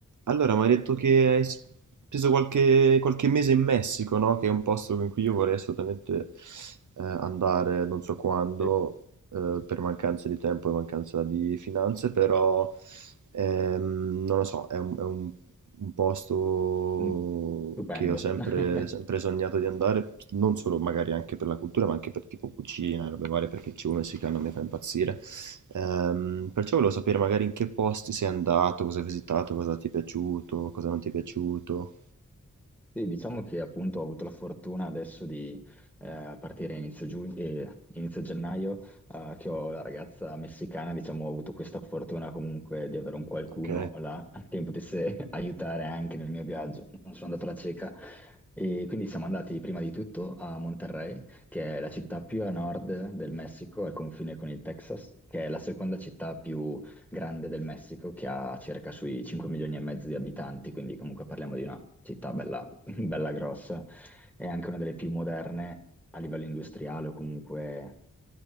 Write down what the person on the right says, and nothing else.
Allora, mi hai detto che hai speso qualche, qualche mese in Messico, no? Che è un posto in cui io vorrei assolutamente eh, andare, non so quando,
eh, per mancanza di tempo e mancanza di finanze, però ehm, non lo so, è un, è un- un posto
che ho sempre,
sempre sognato di andare, non solo magari anche per la cultura, ma anche per tipo cucina e robe varie, perché il cibo messicano mi fa impazzire. Ehm, perciò volevo sapere magari in che posti sei andato, cosa hai visitato, cosa ti è piaciuto, cosa non ti è piaciuto.
Ok?